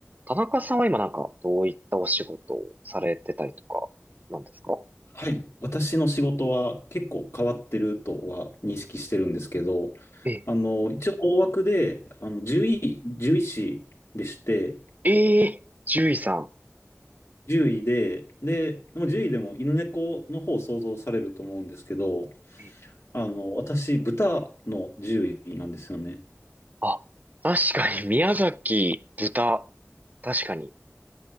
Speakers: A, on the right; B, on the left.
A: 田中さんは今なんかどういったお仕事をされてたりとかなんですか
B: はい。私の仕事は結構変わってるとは認識してるんですけど、
A: ええ、
B: あの、一応大枠で、あの、獣医、獣医師でして、
A: ええ、獣医さん。
B: 獣医で、で、まあ獣医でも犬猫の方を想像されると思うんですけど、
A: え
B: あの、私、豚の獣医なんですよね。
A: あ、確かに宮崎豚。確かに。